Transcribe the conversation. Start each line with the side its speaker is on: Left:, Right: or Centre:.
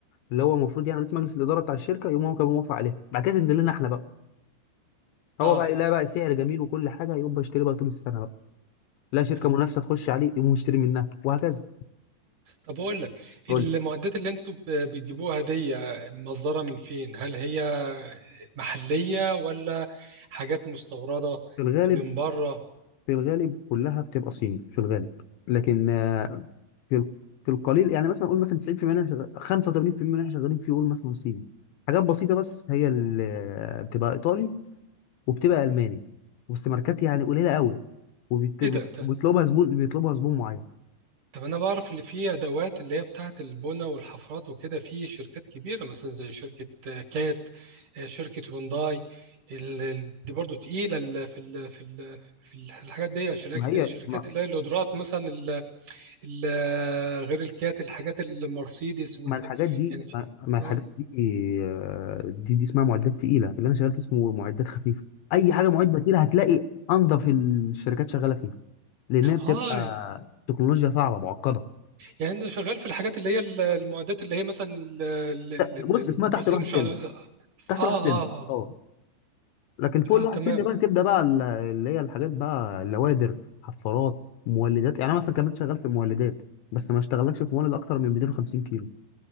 Left: اللي هو المفروض يعني رئيس مجلس الاداره بتاع الشركه يقوم هو كان موافق عليها بعد كده تنزل لنا احنا بقى هو
Right: اه
Left: بقى يلاقي بقى سعر جميل وكل حاجه يقوم بيشتري بقى طول السنه بقى لا شركه
Right: طيب
Left: منافسه تخش عليه يقوم مشتري منها وهكذا
Right: طب اقول لك
Left: قول
Right: المعدات
Left: لي
Right: اللي انتوا ب- بتجيبوها دي مصدرها من فين هل هي محليه ولا حاجات مستورده
Left: في الغالب
Right: من بره
Left: في الغالب كلها بتبقى صيني في الغالب لكن آه، في ال- في القليل يعني مثلا نقول مثلا 90% منها شغال 85% منها شغالين في يقول مثلا صيني حاجات بسيطة بس هي اللي بتبقى إيطالي وبتبقى الماني بس ماركات يعني قليله قوي وبيطلبها
Right: ايه ده
Left: زبون بيطلبها زبون معين
Right: طب انا بعرف اللي فيه ادوات اللي هي بتاعه البنى والحفرات وكده في شركات كبيره مثلا زي شركه آه، كات آه، شركه هونداي ال- ال- دي برضو تقيله ال- في ال في ال في ال- الحاجات دي شركات
Left: ما هي
Right: الشركات
Left: ما,
Right: اللي هي القدرات مثلا ال- ال- غير الكات الحاجات المرسيدس وال
Left: ما الحاجات دي
Right: يعني في
Left: ما, ما الحاجات
Right: اه
Left: دي آه، دي دي اسمها معدات تقيله اللي انا شغال فيه اسمه معدات خفيفه اي حاجه معده تقيله هتلاقي انضف الشركات شغاله فيها لانها بتبقى
Right: هاي
Left: تكنولوجيا صعبه معقده
Right: يعني انا شغال في الحاجات اللي هي ال- المعدات اللي هي مثلا ال- ال- ال-
Left: بص
Right: البسيط
Left: اسمها تحت الواحد
Right: مش
Left: تم
Right: عارف اه
Left: تحت
Right: اه
Left: الواحد تم
Right: اه,
Left: اه لكن فوق
Right: آه
Left: الواحد
Right: تمام
Left: تاني بقى تبدا بقى ال- اللي هي الحاجات بقى اللوادر حفارات مولدات يعني انا مثلا كمان شغال في المولدات بس ما اشتغلكش في مولد اكتر من 250 كيلو